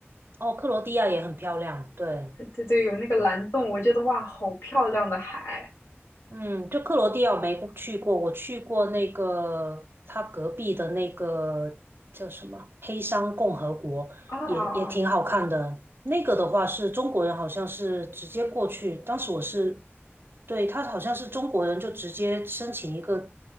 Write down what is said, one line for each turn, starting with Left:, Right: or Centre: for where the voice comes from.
Right: 哦，克罗地亚也很漂亮，对。
Left: 对对对，有那个蓝洞，我觉得哇，好漂亮的海
Right: 嗯，就克罗地亚我没去过，我去过那个他隔壁的那个叫什么黑山共和国，
Left: 啊啊！
Right: 也也挺好看的。那个的话是中国人，好像是直接过去，当时我是，对，他好像是中国人就直接申请一个